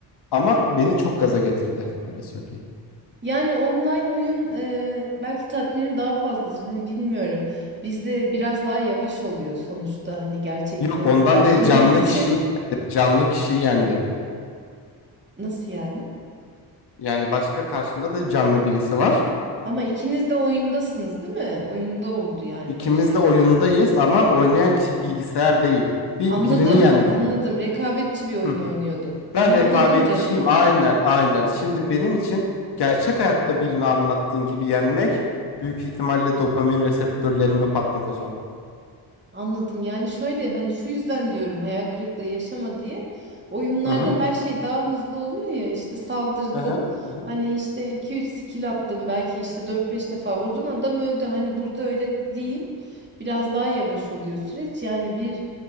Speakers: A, on the left (about 70°); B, on the right (about 25°).
A: Ama beni çok gaza getirdi. Öyle söyleyeyim.
B: Yani online oyun e, belki tatmini daha fazladır. Hani bilmiyorum. Bizde biraz daha yavaş oluyor sonuçta. Hani gerçekte
A: Yok ondan
B: yaptığımız
A: değil canlı
B: için
A: kişiyi canlı kişiyi yendim.
B: nasıl yani?
A: Yani başka karşımda da canlı birisi var.
B: Ama ikiniz de oyundasınız, değil mi? Oyunda oldu yani
A: İkimiz
B: her şey.
A: de oyundayız ama oynayan kişi bilgisayar değil. Bir
B: Anladım,
A: birini yendim.
B: anladım. Rekabetçi bir oyun
A: Hı.
B: oynuyordun.
A: Ben
B: Onu
A: rekabetçiyim.
B: anladım canım.
A: Aynen, aynen. Şimdi benim için gerçek hayatta birini anlattığın gibi yenmek büyük ihtimalle dopamin reseptörlerimi patlatacağım.
B: Anladım. Yani şöyle hani şu yüzden diyorum hayal kırıklığı yaşama diye. Oyunlarda
A: Hı hı.
B: her şey daha hızlı oluyor ya işte saldırdın.
A: Hı hı. Hı hı.
B: Hani işte iki üç skill attın belki işte dört beş defa vurdun adam öldü. Hani burada öyle değil. Biraz daha yavaş oluyor süreç. Yani bir